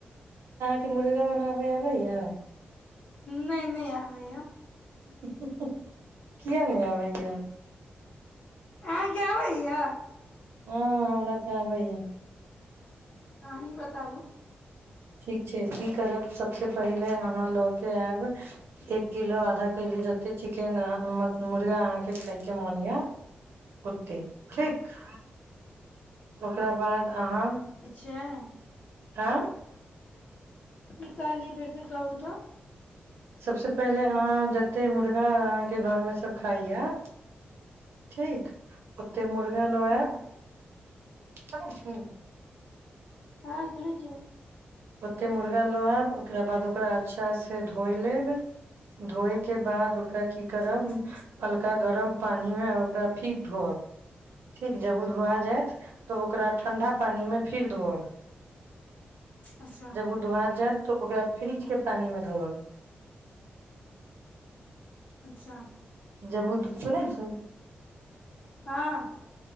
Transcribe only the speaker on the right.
के मुर्गा बनाबे आबै या
हुँ हह किए नहि अबैय
हँ हमअरा तऽ आबैया
ठीक छै की करब सभसँ पहिले अहाँ लऽ कऽ आयब एक किलो आधा किलो जतेक चिकेन अहाँ मुर्गा अहाँके खायके मोन यए ओतेक ठीक ओकरा बाद अहाँ
आँ
सबस पहिले अहाँ एते मुर्गा अहाँके घर मे सब खइया ठीक त मुर्गा लोय
त ह
ओते मुर्गा लोआ एकरा बाद ओकरा अच्छा से धोइ लेब धोए के बाद ओकरा की करब
अलका गरम पानिमे ओकरा फीक धोअब ठीक जब ओ धोआ जायत तऽ ओकरा ठण्डा पानिमे फेर धोअब
जब ओ दुहार जात तऽ ओकरा फ्रिज के पानी मे धोअल
जबू सुन छ